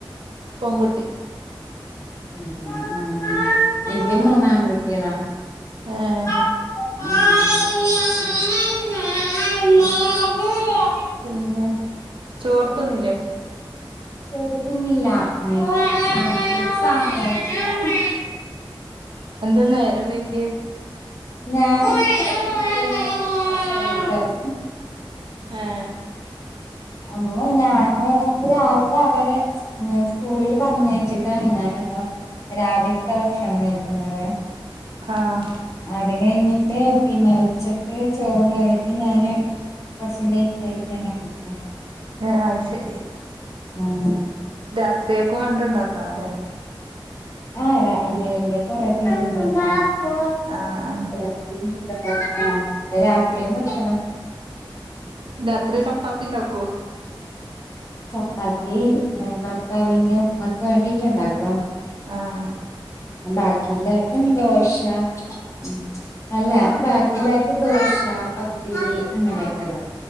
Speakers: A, on the right; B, on the left.
A: പൊൺകുട്ടി.
B: ആഹ് എനിക്കും മൂന്നാൺ കുട്ടിയള.
A: ഏഹ്.
B: <unintelligible>
A: പിന്നെ ചോറ് ത്തിന്നില്ലേ.
B: ചോറുതിന്നില്ലാ കൈക്കാൻ സമയായിട്ടില്ല.
A: എന്ത് നേരം വൈകിയെ
B: നേരം. <inaudible> <unintelligible>
A: ആഹ്.
B: അപ്പൊ ഞാന് രാവിലെ അവര് സ്കൂളില് പറഞ്ഞയച്ചിട്ടാണ് ഞാനിത രാവിൽത്തെ ഭക്ഷണം കഴിക്കുന്നതേ.
A: ആഹ്.
B: അത് കഴിഞ്ഞിട്ട് പിന്നെ ഉച്ചക്ക് ചോറും കറിയൊക്കെ ഞാന് കൊർച്ച് ലേറ്റായിട്ട ഞാൻ കഴിക്ക
A: ഏ അയ്ശരി.
B: ആഹ്
A: രാത്രിയേക്കും വേണ്ടി ഇണ്ട്ണ്ടാക്കണല്ലേ.
B: ആഹ് രാ ഇതെ ഇവ്ടെ കൊറെ പേരുണ്ടല്ലാ അപ്പൊ
A: ആ ആ
B: <inaudible> രാത്രിയാവുംമ്പ എത്തണം.
A: രാത്രി ചപ്പാത്തി ഇണ്ടാക്കോ
B: ചപ്പാത്തി ഏ ഭർത്താവിന്റെ ഉമ്മക്ക് വേണ്ടിട്ടുണ്ടാക്കും
A: ആഹ്.
B: ബാക്കിഉള്ളോർക്കും ദോശ ഉം അല്ല ബാ എല്ലാർക്കും ദോശ പത്തിരി അങ്ങനെയൊക്കിള്ള.